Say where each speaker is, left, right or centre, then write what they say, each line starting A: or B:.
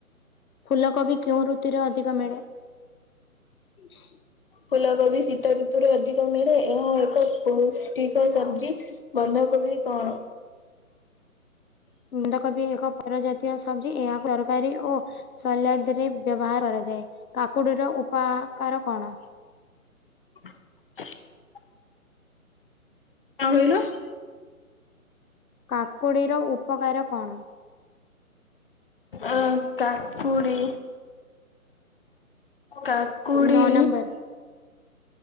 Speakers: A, on the left; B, on the left.
A: ଫୁଲକୋବି କେଉଁ ଋତୁରେ ଅଧିକ ମିଳେ? ହୁଁ
B: ଫୁଲକୋବି ଶୀତ ଋତୁରେ ଅଧିକ ମିଳେ ଏହା ଏକ ପୌଷ୍ଟିକ ସବଜି। ବନ୍ଧା କୋବି କ
A: ବନ୍ଧକୋବି ଏକ ପର ଜାତୀୟ ସବଜି ଏହାକୁ ତରକାରୀ ଓ ସଲାଦ ରେ ବ୍ୟବହାର କରାଯାଏ କାକୁଡିର ଉପକାର କଣ?
B: <inaudible> <unintelligible>
A: କାକୁଡ଼ିର ଉପକାର କ ଣ?
B: ଆ କକୁଡି କା କୁଡ଼ି
A: ନଅ ନମ୍ବର